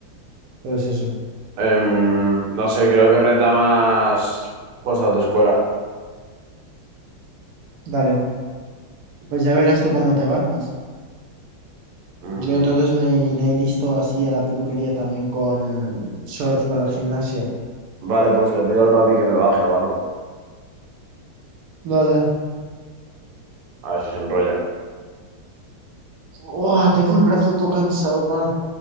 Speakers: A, on the right; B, on the right.
A: Pero es eso.
B: Em, no sé, creo que renta más pues autoescuela.
A: Dale. Pues ya verás tú cómo te bajas.
B: Mm,
A: Yo entonces me iré listo así a la peluquería también con shorts para el gimnasio.
B: vale, pues le pido al papi que me baje o algo.
A: Dale.
B: A ver si se enrolla.
A: Uah, tengo el brazo todo cansado, hermano.